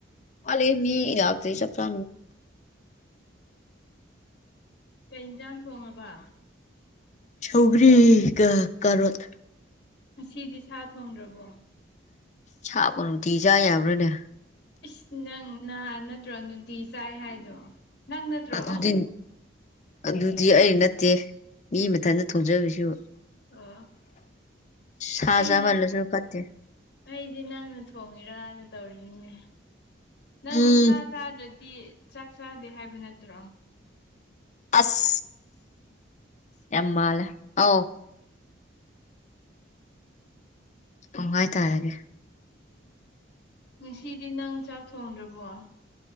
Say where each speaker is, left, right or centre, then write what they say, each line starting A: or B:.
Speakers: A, on the left; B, on the left.
A: ꯑꯜꯦ ꯃꯤ ꯂꯥꯛꯇ ꯆꯠ ꯆ
B: ꯀꯩ ꯌꯦꯟꯖꯥꯡ ꯊꯣꯡꯉꯕ
A: ꯆꯧꯒꯔꯤꯣ
B: ꯉꯁꯤꯗꯤ ꯁꯥ ꯊꯣꯡꯗ꯭ꯔꯕꯣ
A: ꯁꯥꯕ ꯅꯨꯡꯇꯤꯖꯥ ꯌꯥꯕ꯭ꯔꯣꯏꯅꯦ
B: ꯑꯁ ꯅꯪ ꯅꯍꯥꯟ ꯅꯠꯇ꯭ꯔꯣ ꯅꯨꯡꯇꯤ ꯆꯥꯏ ꯍꯥꯏꯗꯣ ꯅꯪ ꯅꯠꯇ꯭ꯔꯣ
A: ꯑꯗꯨꯗꯤ ꯑꯗꯨꯗꯤ ꯑꯩ ꯅꯠꯇꯦ ꯃꯤ ꯃꯊꯟꯇ ꯊꯧꯖꯕꯁꯨ
B: ꯑꯣ
A: ꯁꯥꯖꯥꯕꯜꯂꯁꯨꯔ
B: ꯑꯩꯗꯤ
A: ꯈꯦ
B: ꯑꯩꯗꯤ ꯅꯪꯅ ꯊꯣꯡꯉꯤꯔꯅ ꯇꯧꯔꯤꯅꯤꯅꯦ ꯅꯪ
A: ꯎꯝ
B: ꯁꯥ ꯆꯥꯗ꯭ꯔꯗꯤ ꯆꯥꯛ ꯆꯥꯗꯦ ꯍꯥꯏꯕ ꯅꯠꯇ꯭ꯔꯣ
A: ꯑꯁ ꯌꯥꯝꯃꯂ ꯑ ꯎꯥꯏ ꯇꯔꯦ
B: ꯁꯤꯗꯤ ꯅꯪ ꯆꯥꯛ ꯊꯣꯡꯗ꯭ꯔꯕꯣ